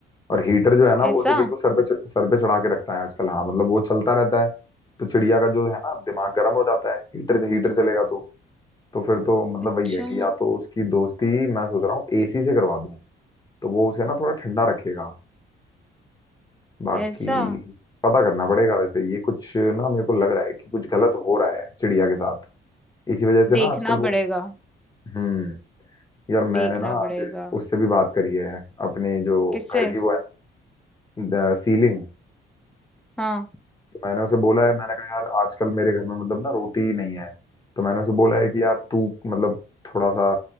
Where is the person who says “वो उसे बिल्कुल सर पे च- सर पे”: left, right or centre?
Left